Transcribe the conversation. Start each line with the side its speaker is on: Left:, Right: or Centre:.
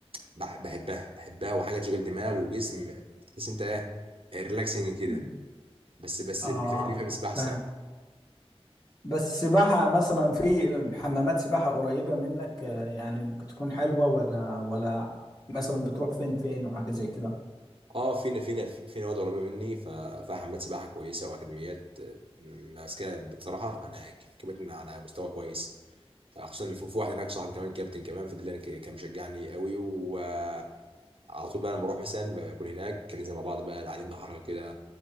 Right: بح- بحبها بحبها وحاجه تشغل دماغ وجسم تحس انت ايه ريلاكسنج كده
Left: مم.
Right: بس بس
Left: اه
Right: اللي يف- اللي يفهم السباحه الصراحه
Left: فاهم. بس سباحة مثلا في حمامات سباحة قريبة منك آه، يعني بتكون حلوة ولا ولا مثلا بتروح فين فين وحاجة زي كده
Right: اه فينا فينا في نواد قريبه مني ف- فيها حمامات سباحه كويسه واكاديميات آه، ماسكاها بصراحه انا كفت على مستوى كويس خصوصا اللي في في واحد هناك صاحبي كمان كابتن كمان فده اللي أنا ك- كان مشجعني قوي وعلى طول بقى لما بروح مثلا بكون هناك كان ننزل مع بعض بقى العالم ده حركه كده